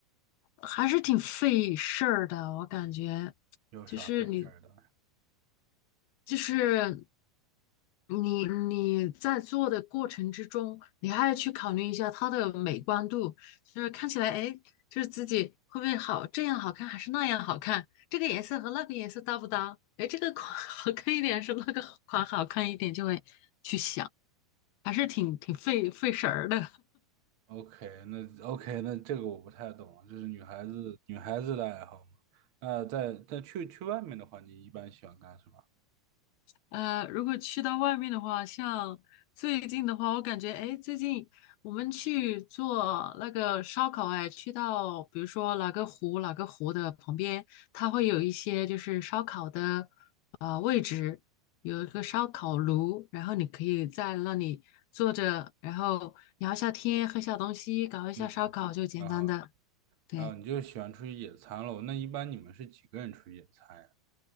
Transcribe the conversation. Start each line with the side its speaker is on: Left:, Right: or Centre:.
Left: 还是挺费事儿的，我感觉，
Right: 有啥费事儿的？
Left: 就是你，就是你，你在做的过程之中，你还要去考虑一下它的美观度，就是看起来，哎，就是自己会不会好，这样好看还是那样好看，这个颜色和那个颜色搭不搭？哎，这个款 <laughs> 好看一点是那个款好看一点，就会去想，还是挺挺费费神儿的。
Right: OK，那 OK，那这个我不太懂了，就是女孩子女孩子的爱好嘛。那在在去去外面的话，你一般喜欢干什么
Left: 呃，如果去到外面的话，像最近的话，我感觉，哎，最近我们去做那个烧烤，哎，去到比如说哪个湖，哪个湖的旁边，它会有一些就是烧烤的呃位置，有一个烧烤炉，然后你可以在那里坐着，然后聊一下天，喝下东西，搞一下烧烤，
Right: ？OK，
Left: 就简单的，
Right: 蛮好的。
Left: 对，
Right: 然后你就喜欢出去野餐喽？那一般你们是几个人出去野餐呀？